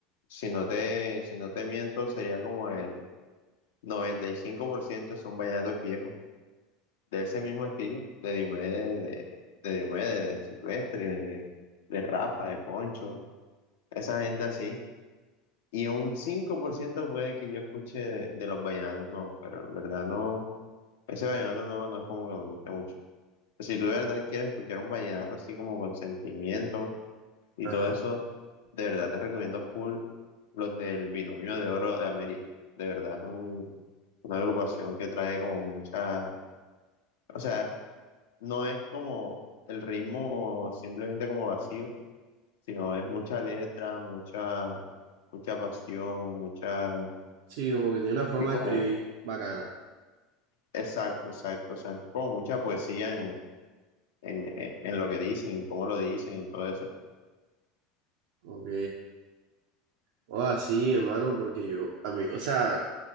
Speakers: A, on the left; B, on the right.
A: si no te, si no te miento, sería como el 95% son vallenatos viejos. de ese mismo estilo, de Diomedes, de, de Diomedes, de Silvestre, de, de Rafa, de Poncho, esa gente así. Y un 5% puede que yo escuche de, de los vallenatos nuevos, pero en verdad no, ese vallenato nuevo no es como que me guste mucho. Si tú de verdad quieres escuchar un vallenato así como con sentimiento y
B: Ajá.
A: todo eso, de verdad te recomiendo full los del Binomio de Oro de América. De verdad es un- una agrupación que trae como mucha, o sea, no es como el ritmo simplemente como vacío, sino es mucha letra, mucha, mucha pasión, mucha...
B: Sí, como que tiene una forma
A: sí, como-
B: de escribir bacana.
A: exacto, exacto, o sea, como mucha poesía en, en, en- en lo que dicen, cómo lo dicen y todo eso.
B: Ok. O así, hermano, porque yo, a mí, o sea,